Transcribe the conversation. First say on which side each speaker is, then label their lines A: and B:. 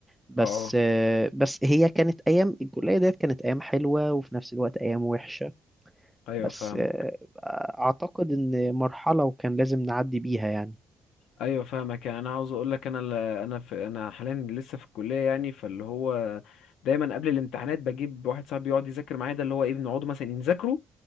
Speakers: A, in the centre; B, on the left.
A: بس
B: اه
A: آه، بس هي كانت أيام الكلية ديت كانت أيام حلوة وفي نفس الوقت أيام وحشة
B: أيوه
A: بس
B: فاهمك
A: آه، اعتقد ان مرحلة وكان لازم نعدي بيها يعني
B: أيوه فاهمك يعني أنا عاوز أقول لك أنا ل... أنا في... أنا حاليا لسه في الكلية يعني فاللي هو دايما قبل الامتحانات بجيب واحد صاحبي يقعد يذاكر معايا ده اللي هو إيه بنقعدوا مثلا نذاكروا